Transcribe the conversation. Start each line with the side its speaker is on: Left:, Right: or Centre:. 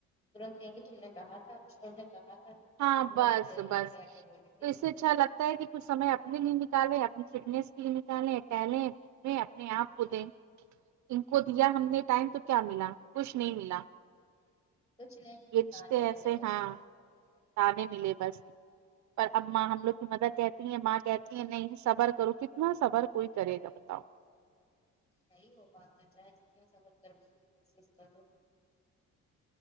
Left: ترنت کہیں گے تم نے کہا تھا اور نے کہا تھا
Right: ہاں
Left: تبھی وہ
Right: بس
Left: ہم سے
Right: بس
Left: ایسے آ کے بولی تھی
Right: تو اس سے اچھا لگتا کچھ سے اپنے لیے نکالیں اپنی فٹنیس کے لیے نکالیں ٹیلنٹ میں اپنے آپ کو دے ان کو دیا ہم نے ٹائم تو کیا ملا کچھ نہیں ملا
Left: کچھ نہیں
Right: یہ رشتے
Left: تانے
Right: ایسے
Left: ملے بس
Right: ہاں تانے ملے بس پر اب ماں ہم لوگ کی مدر کہتی ہیں ماں کہتی ہیں نہیں صبر کرو کتنا صبر کوئی کرے گا بتاؤ
Left: نہیں ہو پاتا ہے چاہے جتنے صبر کرنے کی کوشش کرو